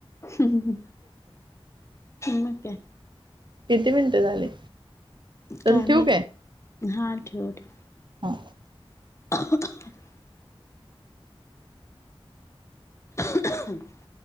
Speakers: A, on the left; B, on the right.
A: ह ह. मग काय?
B: किती मिनटं झाली? चल
A: काय माहित?
B: ठेवू
A: हा ठेव ठेव.
B: हा
A: <inaudible> <inaudible>